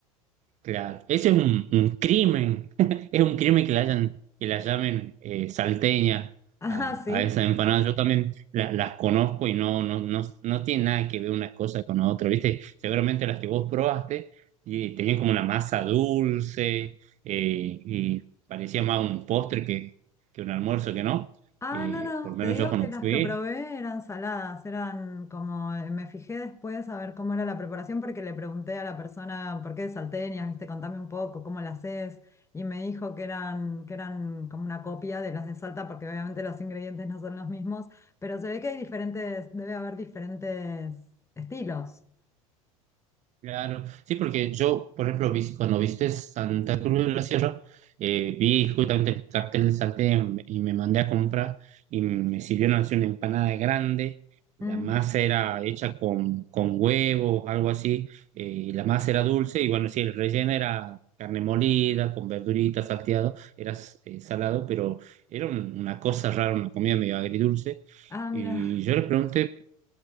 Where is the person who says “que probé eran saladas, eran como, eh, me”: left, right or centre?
Left